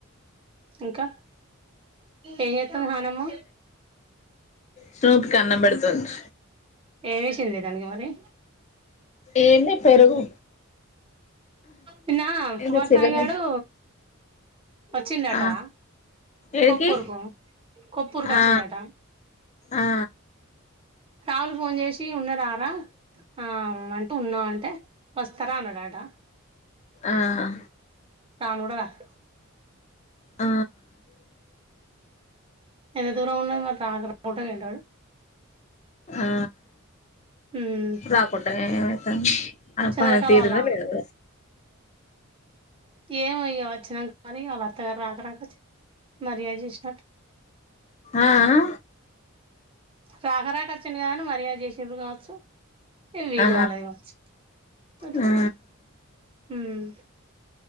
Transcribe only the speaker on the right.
ఇంకా ఎం చెత్తంది నానమ్మ
ఏమేసింది దానికి మరి
నిన్న ఆ
కుమార్
సాయి గాడు వచ్చిండటా
కొప్పుూరుకు కొప్పుూరుకు వచ్చిండాట
కావులు ఫోన్ చేసి టీ ఉన్న రారా ఆ అంటే ఉన్నా అంటే వస్తారా అన్నాడాట
కాణూ గూడా కాద్
ఎంత దూరం ఉన్నాం వాడు రాకొకుంట పోయిండాడు?
ఉమ్
చంద్రకళ
వాళ్ళ
ఏమో ఇగ వచ్చినా గానీ వాళ్ళత్తగారు రాకరాక వచ్ మర్యాద్ చేస్
రాకరాక వచ్చిండుగాని మర్యాద్ చేసిర్రు గావచ్చు. ఇగ వీలుగాలేదు
గావచ్చు. అట్లా
ఉమ్